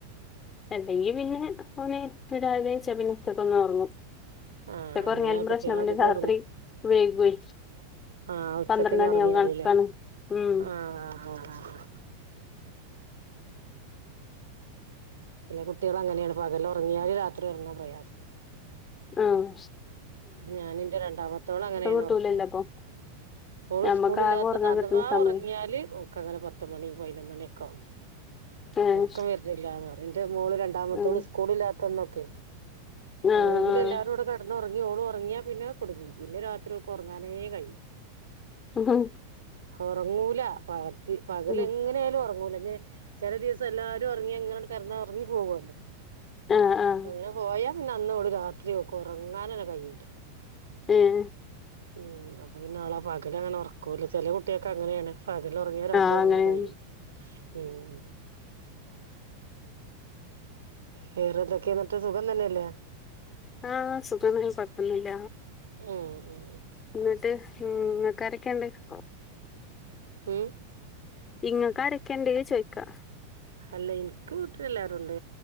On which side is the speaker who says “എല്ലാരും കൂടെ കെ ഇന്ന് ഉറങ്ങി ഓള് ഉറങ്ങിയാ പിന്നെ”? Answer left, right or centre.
Right